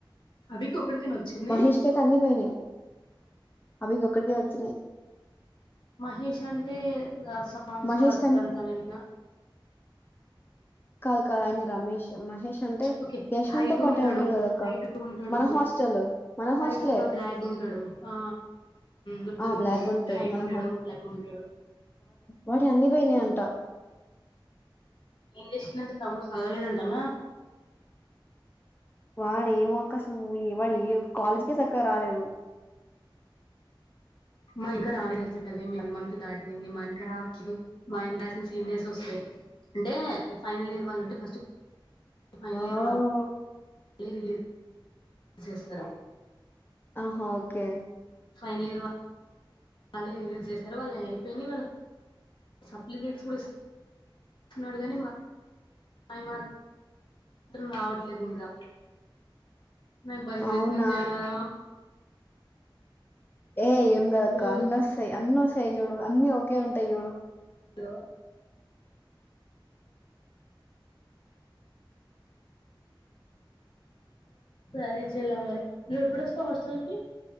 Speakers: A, on the left; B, on the left.
A: అభకి ఒకడికైనా వచ్చింది
B: మహేష్ కి అయితే అన్ని పోయినాయి అవికి ఒక్కడికే వచ్చినాయి
A: మహేష్ అంటే <inaudible> సౌండ్స్
B: మహేష్
A: వర్తడుతనున్న
B: కాద్ కాద్ ఆయన రమేష్ మహేష్ అంటే
A: ఓకే
B: యశ్వంత్
A: హైట్
B: తో పాటే
A: ఉంటాడు,
B: కదా అక్క
A: హైట్ ఉంటాడు,
B: మన హాస్టల్ మన
A: హైట్గా
B: హాస్టలే
A: బ్లాక్ ఉంటాడు, ఆ గుర్తు
B: ఆ
A: గుర్తు
B: బ్లాక్
A: ఉంది
B: గా
A: హైట్
B: మన
A: ఉంటాడు బ్లాక్ ఉంటాడు
B: వాటి అన్ని పోయినా అంట
A: ఇండెక్షన్ అంత తము సదాలేదంటానా
B: వాడు ఏం అవకాశంవ్వు వాడు ఏ కాలేజ్కే చక్కగా రాలేదు
A: మా ఇంకా రాలదు తెలుసు కదా మంత్ దాటింది, మా ఇంకా రావచ్చదు మా ఆయన రాసిన సీనియర్స్ వస్తాయి, అంటే ఫైనల్ ఇయర్ వాళ్ళు ఉంటే ఫస్ట్ ఫైనల్
B: వావ్
A: ఇయర్ వాళ్ళ రిలీజ్ ర చేస్తారు
B: ఆహా ఓకే
A: ఫైనల్ ఇయార్ వాళ్ళ యూజ్ చేశారు వాళ్ళు ఏ అయిపోయియి వాళ్ళ సప్లికెంట్స్ కూడా ఇ ఇస్తున్నాడు కానీ మా మాత్రం రావట్లేదు ఇంకా నాకు భయ
B: అవునా
A: అయితదిజల్లా
B: ఏ ఏం కదక్క
A: ఓ
B: అన్నోస్తా అన్నో వస్తాయి చూడు అన్నిీ ఒకే ఉంటాయి చూడు
A: హలో వెళా మరి నువ్వు ఎప్పుడుొస్తావు హాస్టల్కిి